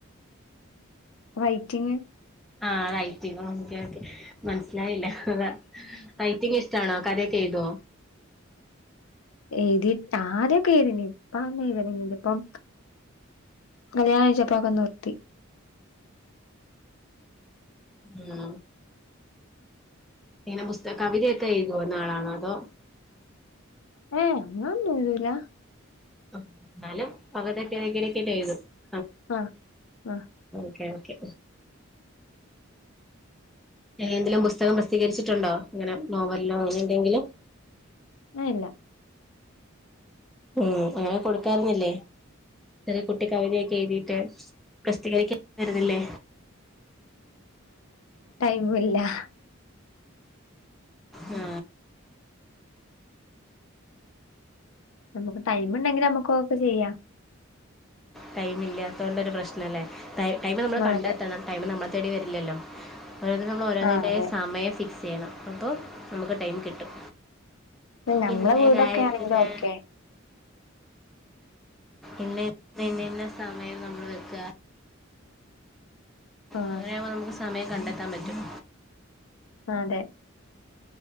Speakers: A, on the left (about 80°); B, in the centre.
A: റൈറ്റിങ്
B: ആ റൈറ്റിംങ്ങ് ഓക്കെ ഓക്കെ മനസ്സിലായില്ല ഹ്‌താ റൈറ്റിങ്ങ് ഇഷ്ടാണോ കഥേ ചെയ്തോ
A: എയ്തിട്ട് ആദ്യൊക്കെ എഴുതീനി ഇപ്പ അങ്ങനെഴുതലില്ലല്ലൊ ഇപ്പം കല്യാണാഴ്ചപ്പൊക്ക നിർത്തി
B: ഉം ഇങ്ങനെ പുസ്ത കവിതേക്ക എയ്തോരുന്ന ആളാണോ അതോ
A: ഏങ്ങൊന്നും എയ്തൂല്ല
B: ആഎന്നാലും <unintelligible>
A: ആ ആ
B: ഓക്കെ ഓക്കെ എ എന്തെലും പുസ്തകം പ്രസിദ്ധീകരിച്ചിട്ടുണ്ടോ ഇങ്ങനെ നോവലിലോ അങ്ങനെ എന്തെങ്കിലും
A: ആ ഇല്ല
B: ഊം അങ്ങന കൊടുക്കാരുന്നില്ലേ ചെറിയ കുട്ടി കവിതയൊക്കെ എഴുതീട്ട് പ്രസ്ദ്ധികരിക്കാൻ <unintelligible> ല്ലേ
A: ഉം ഇല്ലാ
B: ആ
A: നമുക്ക് ടൈമ് ഇണ്ടെങ്കില് നമുക്ക് ഓക്കെ ചെയ്യാം
B: ടൈം ഇല്ലാത്തൊണ്ടൊരു പ്രശ്നംല്ലേ ടൈ ടൈമ് നമ്മള്
A: ആ
B: കണ്ടെത്തണം
A: അതെ
B: ടൈമ് നമ്മളെ തേടി വരില്ലല്ലോ ഓരോന്നിന് നമ്മള് ഓരോന്നിന്റെയും
A: ആ അതെ
B: സമയം ഫിക്സ് ചെയ്യണം അപ്പോ നമുക്ക് ടൈം കിട്ടും
A: നമ്മളെ
B: പിന്നെ
A: വീടൊക്കെ
B: കാര്യത്തിന്
A: ആണെങ്കിലും ഓക്കെ
B: ഇന്ന ഇന്നെ ഇന്ന സമയം നമ്മള് വെക്ക
A: ആ
B: അങ്ങനെയാവുമ്പോ നമുക്ക് സമയം കണ്ടെത്താൻ പറ്റും
A: ആ അതെ